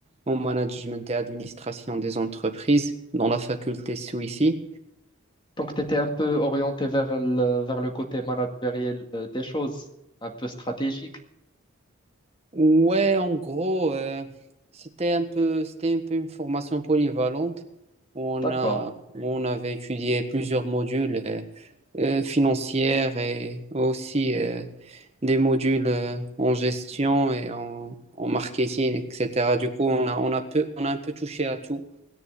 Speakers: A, on the right (about 30°); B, on the left (about 20°).
A: en management et administration des entreprises dans la faculté Suissi.
B: Donc, tu étais un peu orienté vers le, vers le côté managériel euh, des choses, un peu stratégique.
A: Ouais, en gros, euh, c'était un peu, c'était un peu une formation polyvalente où on
B: d'accord.
A: a, où on avait étudié plusieurs modules euh, euh, financiers et aussi euh, des modules euh, en gestion et en, en marketing, etc. Du coup, on a, on a peu, on a un peu touché à tout.